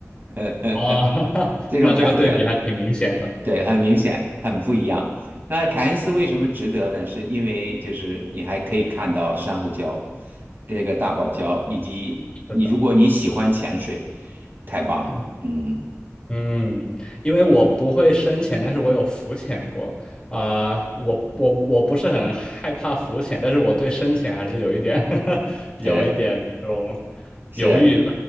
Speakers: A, on the right; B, on the left.
A: <laughs>
B: 啊，<laughs>
A: 这种感觉，
B: 那这个对比还挺明显的。
A: 对，很明显，很不一样。那凯恩斯为什么值得呢？是因为就是你还可以看到珊瑚礁，这个大堡礁，以及你如果你喜欢潜水，
B: 是的，
A: 太棒了。
B: 嗯。
A: 嗯，
B: 嗯，因为我不会深潜，但是我有浮潜过啊、我我我不是很害怕浮潜，但是我对深潜还是有一点 <laughs> 有一点这种
A: 对，是，
B: 犹豫的。